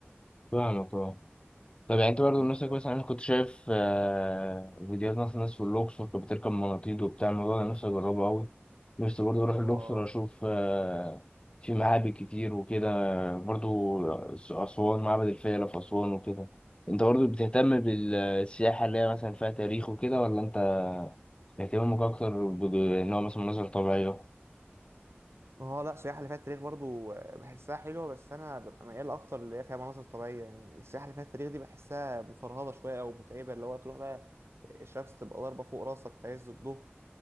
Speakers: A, on the left; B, on the right.
A: فاهمك أه طب يعني انت
B: امم
A: برضه نفسك
B: ف-
A: كويس انا كنت شايف آه، فيديوهات مثلا ناس في الاقصر كانت بتركب مناطيد وبتاع الموضوع ده نفسي اجربه قوي نفسي برضه اروح الاقصر
B: اه
A: اشوف آه، في معابد كتير وكده برضه اسوان معبد الفيلة في اسوان وكده انت برضه بتهتم بالسياحة اللي هي مثلا فيها تاريخ وكده ولا انت اهتمامك اكتر بج- ان هو مثلا مناظر طبيعية
B: اه لا السياحه اللي فيها التاريخ برضو آه، بحسها حلوه بس انا ببقى ميال اكتر اللي هي فيها مناظر طبيعيه يعني السياحه اللي فيها التاريخ دي بحسها مفرهده شويه او متعبه اللي هو تروح بقى الشمس تبقى ضاربه فوق راسك في عز الظهر